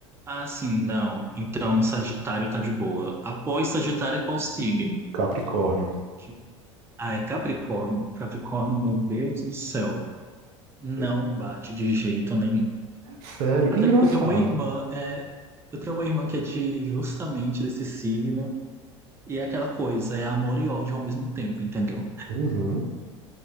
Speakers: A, on the right; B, on the right.
A: Ah, sim, não. Então, Sagitário tá de boa. Após Sagitário é qual signo?
B: Capricórnio.
A: Deixa eu- Ah, é Capricórnio. Capricórnio, meu Deus do céu. Não
B: É
A: bate de jeito nenhum.
B: Sério,
A: Até
B: engraçado.
A: porque eu tenho uma irmã, é, eu tenho uma irmã que é de justamente desse signo E é aquela coisa, é amor e ódio ao mesmo tempo, entendeu?
B: Uhum.